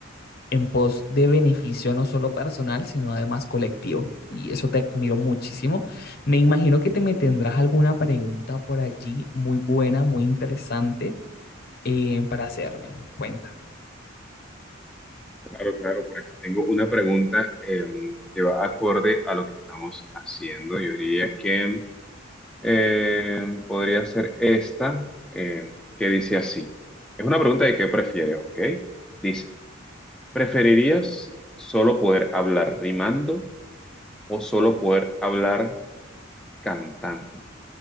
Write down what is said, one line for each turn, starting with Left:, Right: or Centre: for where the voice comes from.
Left: en pos de beneficio no solo personal, sino además colectivo. Y eso te admiro muchísimo. Me imagino que te me tendrás alguna pregunta por allí muy buena, muy interesante eh, para hacerme. Cuéntame.
Centre: Claro, claro, por aquí tengo una pregunta eh, que va acorde a lo que estamos haciendo. Yo diría que eh, podría ser esta, eh, que dice así. Es una pregunta de qué prefieres, ¿ok? Dice, ¿preferirías solo poder hablar rimando o solo poder hablar cantando?